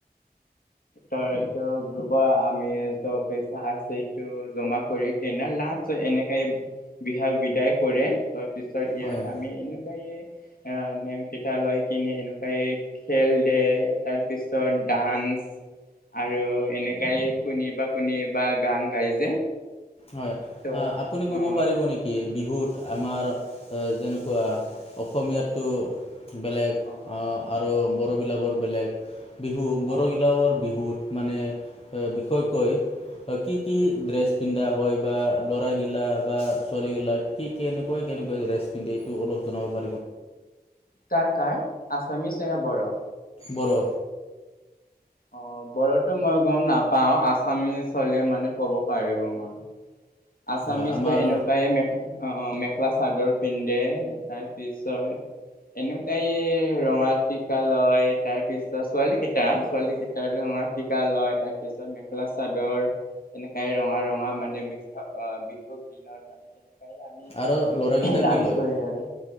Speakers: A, on the left; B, on the left.
A: ত এইটো গ্ৰুপৰ আমি পইচা আছেটো জমা কৰি কেনে লা এনেকাই বিহাস বিদায় কৰে তাৰপিছত ইয়াত
B: হয়
A: আমি এনেকুৱাই অ নেম কেইটা লৈ কিনি এনেকুৱাই খেল দে, তাৰ পিছত দান আৰু এনেকাই কোনে বা কোনে বা গান গাই যে
B: হয়
A: ত
B: অ আপুনি কব
A: অ
B: পাৰিব নেকি বিহুত আমাৰ যেনেকুৱা অসমীয়াটো বেলেগ,
A: অ অ
B: আৰু বড়োবিলাকৰ বেলেগ, বিহু বড়োবিলাকৰ
A: অ
B: বিহুত মানে বিষয় কৈ কি কি
A: উম
B: ড্ৰেছ
A: উম
B: পিন্ধা হয় বা ল'ৰাগিলা বা ছোৱালী গিলাক কি কেনেকৈ কেনেকুৱৈ ড্ৰেছ পিন্ধে এইটো অলপ জনাব পাৰি?
A: কাৰ কাৰ আছামিচ নে ব'ড়?
B: বৰৰ।
A: অ বড়ো'ত মই গম নাপাও আছামিচ হলে মানে ক'ব পাৰিব মই। আছামিছটো
B: হয় আমাৰ
A: এনেকুৱে মেখেল অ এখা চাদৰ পিন্ধে তাৰ পিছত এনেকুৱাই ৰঙা টিকা লয়, তাৰ পিছত ছোৱালী কেইটা ছোৱালী কেইটাৰ আমাৰ লয় তাৰপিছত মেখেলা- চাদৰ, এনেকাই ৰঙা ৰঙা মানে বে বিহুক দিনত মানে এনেকাই আমি
B: আৰু ল'ৰাকেইটা
A: ডান্স
B: কি লয়
A: কৰি আৰু।